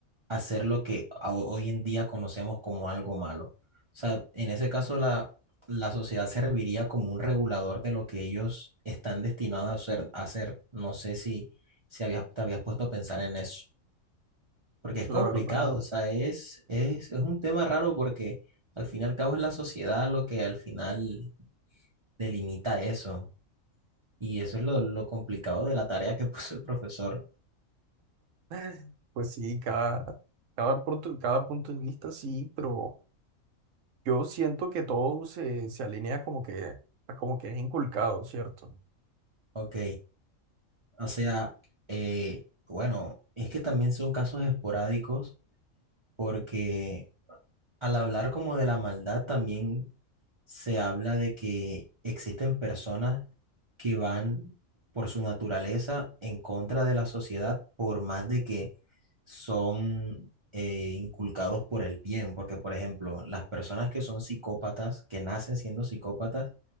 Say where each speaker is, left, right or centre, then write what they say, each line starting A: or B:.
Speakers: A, on the right (about 40°); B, on the right (about 70°).
A: hacer lo que a- hoy en día conocemos como algo malo. O sea, en ese caso la, la sociedad serviría como un regulador de lo que ellos están destinados a hacer. a hacer. No sé si, si habías, te habías puesto a pensar en eso. Porque es
B: La
A: complicado,
B: verdad,
A: o sea, es, es, es un tema raro porque al fin y al cabo es la sociedad lo que al final delimita eso. Y eso es lo, lo complicado de la tarea que <laughs> puso el profesor.
B: <laughs> pues sí, cada, cada, punto, cada punto de vista sí, pero yo siento que todo se, se alinea como que, a como que es inculcado, ¿cierto?
A: Ok, o sea, eh, bueno, es que también son casos esporádicos porque Al hablar como de la maldad, también se habla de que existen personas que van por su naturaleza en contra de la sociedad, por más de que son eh, inculcados por el bien. Porque, por ejemplo, las personas que son psicópatas, que nacen siendo psicópatas,